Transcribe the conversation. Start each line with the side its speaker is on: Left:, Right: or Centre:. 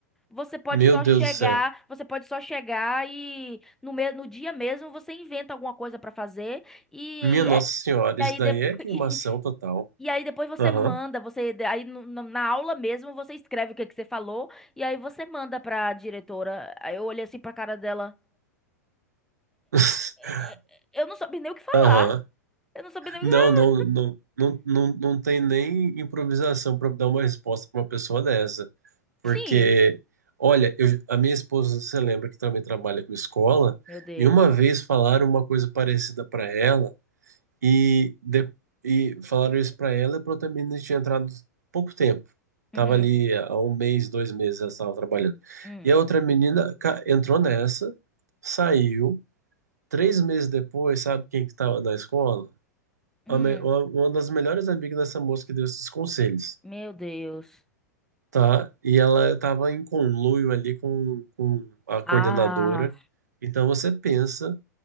Centre: Você pode
Right: Meu
Centre: só
Right: Deus
Centre: chegar,
Right: do céu.
Centre: você pode só chegar e no, me- no dia mesmo você inventa alguma coisa pra fazer. E
Right: Minha Nossa Senhora,
Centre: e
Right: isso
Centre: aí,
Right: daí
Centre: depois,
Right: é queimação
Centre: <laughs> e,
Right: total.
Centre: aí depois você
Right: Aham.
Centre: manda, você aí no- no- na aula mesmo você escreve o que que você falou e aí você manda pra diretora. Aí eu olhei assim pra cara dela.
Right: <laughs>
Centre: "É, é, Eu não soube nem o que falar.
Right: Aham.
Centre: Eu não soube nem
Right: Não,
Centre: o que falar.
Right: não, não, não, não, não tem nem improvisação para dar uma resposta para uma pessoa dessa. Porque,
Centre: Sim.
Right: olha, eu- a minha esposa, você lembra que também trabalha com escola,
Centre: Meu Deus.
Right: e uma vez falaram uma coisa parecida para ela, E, de, e falaram isso pra ela, e pra outra menina tinha entrado pouco tempo.
Centre: Uhum.
Right: Tava ali há um mês, dois meses, ela estava trabalhando.
Centre: Hum.
Right: E a outra menina ca- entrou nessa, saiu. Três meses depois, sabe quem que estava na escola?
Centre: Hum.
Right: A me- Uma, uma das melhores amigas dessa moça que deu esses conselhos,
Centre: Meu Deus.
Right: tá? E ela estava em conluio ali com, com a coordenadora.
Centre: Ah,
Right: Então você pensa